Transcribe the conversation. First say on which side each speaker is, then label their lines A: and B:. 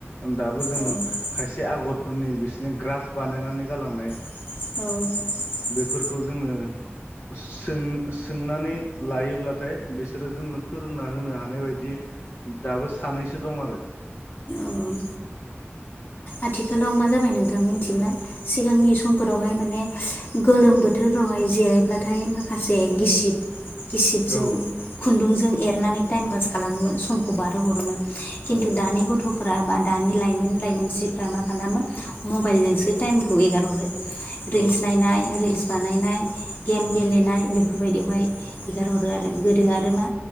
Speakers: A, on the left (about 70°); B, on the left (about 50°).
A: दाबो जों
B: औ
A: खायसे आगर फोरनि बिसिोरनि ग्राफ बानायनानै गालांनाय
B: औ
A: फोरखौ जोङो सों सोंनानै लायोब्लाथाय बिसोरो जोंनो फोरोंना होनो हानाय बायदि दाबो सानैसो दं आरो
B: औ आथिखालाव मा जाबाय नोंथां मिथिगोना? सिगांनि समफोरावहाय माने गोलोम बोथोरफ्रावहाय जिरायब्लाथाय माखासे गिसिब गिसिबजों
A: औ
B: खुन्दुंजों एरनानै टाइम पास खालामोमोन समखौ बारहो हरोमोन खिनथु
A: औ
B: दानि गथ' फोर बा दानि लाइमोन लाइमोनस्रि फोरा मा खालामो मबाइलजोंसो टाइमखौ एगार हरो रिल्स
A: औ
B: नायनाय रिल्स बानायनाय गेम
A: औ
B: गेलेनाय बेफोरबायायदियावहाय हगारहरो आरो गोदो गोदो आरो मा